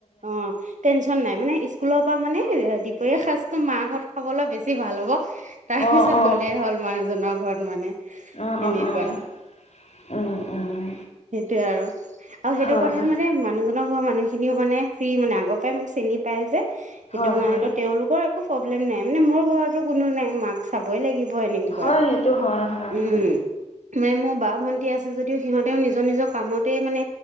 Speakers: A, on the right; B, on the left.
A: অ'। টেনচন নাই। মানে স্কুলৰ পৰা মানে দুপৰীয়াৰ সাজটো মা ঘৰত খাবলৈ বেছি ভাল হ'ব। তাৰ
B: অ',
A: পিছত
B: অ',
A: গ'লেই হ'ল মানুহজনৰ ঘৰত মানে,
B: অ',
A: তেনেকুৱা।
B: অ', অ', উম, উম,
A: সেইটোৱে আৰু, আৰু সেইটো
B: হয়,
A: কথাত
B: হয়,
A: মানে মানুহজনক <unintelligible> মানুহখিনিও মানে ফ্ৰী মানে। আগৰ পৰাই মোক চিনি পায় যে। সেইটো
B: হয়,
A: কাৰণেতো
B: হয়,
A: তেওঁলোকৰ <unintelligible> প্ৰব্লেম নাই। মানে, মোৰ ঘৰতো কোনো নাই। মাক চাবই লাগিব। <unintelligible>
B: হয়, সেইটো হয়, হয়,
A: উম।
B: হয়,
A: মানে মোৰ বা ভণ্টি আছে। যদি সিহঁত তেওঁ নিজৰ নিজৰ কামতেই মানে